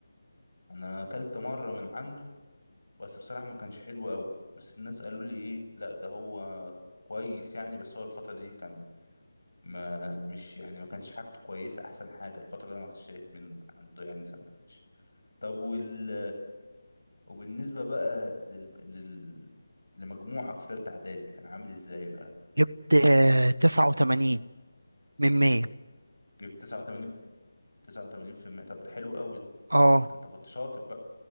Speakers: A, on the left; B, on the right.
A: انا اكلت مرة من عنده بس بصراحة ما كانش حلو قوي بس الناس قالوا لي ايه لا ده هو كويس يعني بس هو الفترة دي كان ما مش يعني ما كانش حاجته كويسة احسن حاجة الفترة اللي انا رحت اشتريت منه من عنده يعني سندوتش طب وال وبالنسبة بقى لل... لل... لمجموعك في تالتة اعدادي كان عامل ازاي بقى
B: جبت آه تسعة وتمانين من مية
A: جبت 89 في 89% طب ده حلو قوي ده
B: اه
A: انت كنت شاطر بقى